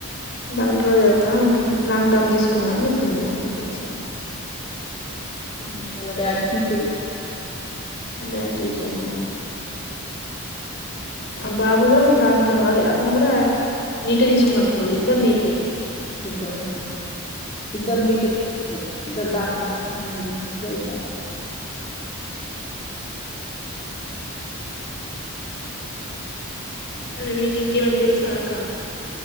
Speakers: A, on the left (about 50°); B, on the left (about 25°).
A: డాక్టర్ చదువుతా అంటుంది లాంగ్ టర్మ్ తీసుకున్న అని చెప్పింది నాకు అయితే ఒకసారి
B: హ్మ్ వాళ్ళ డాడీ టీచర్
A: వాళ్ళ డాడీ టీచర్ ఆహ్ ఆ బాబు కూడా లాంగ్ టర్మ్ అదే అతను కూడా నీటే తీసుకున్నట్టున్నాడు ఇద్దరు నీటే
B: ఇద్దరా ఇద్దరు నీటే తీసుకున్నారు ఇద్దరు డాక్టర్ కు సంబంధించినది చదువు కార
A: అదే మీకు ఏమన్న తెలుసా అక్క